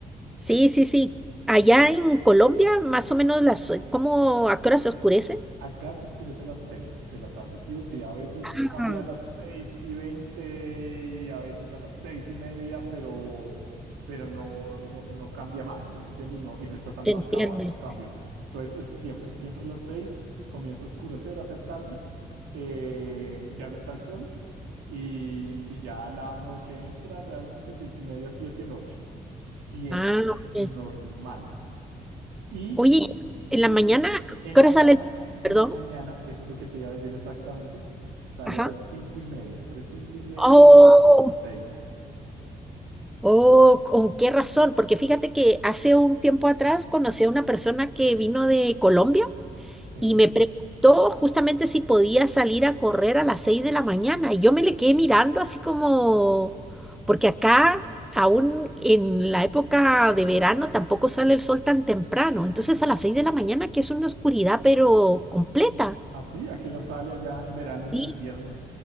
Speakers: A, in the centre; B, on the right (about 75°).
A: Sí, sí, sí. Allá en Colombia, más o menos las, eh, ¿cómo a qué hora se oscurece?
B: Acá se oscurece a las 6 de la tarde, sí o sí. A veces
A: Ujú.
B: cambia a las 6 y 20 y a veces a las 6 y media, pero, pero no, no, no cambia más, ¿sí me entiendes? No, y no está tan
A: Entiende.
B: marcado esos cambios. Entonces es siempre, siempre a las 6 comienza a oscurecer, a ser tarde, eh, ya no está el sol y, y ya la noche entra realmente 6 y media, 7 noche. Siempre,
A: Ah, ok.
B: normal. Y
A: Oye, en
B: de-
A: la mañana, ¿a
B: en
A: ¿qué
B: la
A: hora
B: ma-
A: sale? el-
B: en
A: Perdón.
B: la mañana, eso es lo que te iba a decir exactamente, sale
A: Ajá.
B: a las cinco y media, entre cinco y media
A: Oh,
B: a seis.
A: oh, ¿con qué razón? Porque fíjate que hace un tiempo atrás conocí a una persona que vino de Colombia
B: Sí.
A: y me preguntó justamente si podía salir a correr a las 6 de la mañana. Y yo me le quedé mirando así como, porque acá aún en la época de verano tampoco sale el sol tan temprano. Entonces a las 6 de la mañana, que es una oscuridad pero completa.
B: ¿Así? ¿A qué hora sale allá en verano y
A: ¿sí?
B: en invierno?